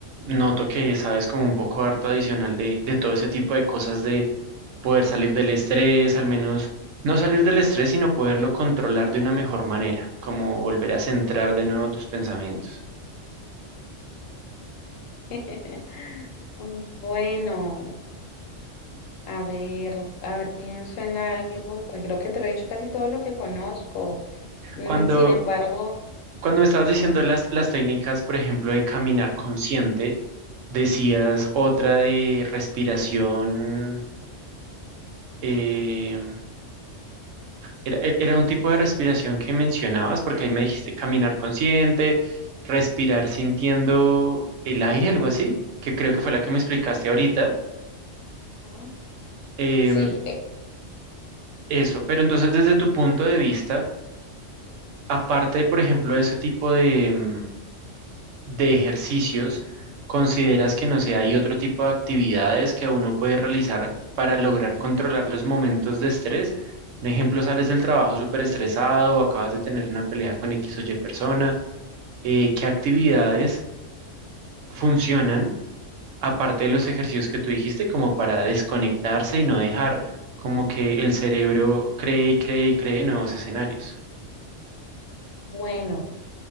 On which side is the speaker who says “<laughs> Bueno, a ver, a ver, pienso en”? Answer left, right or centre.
Left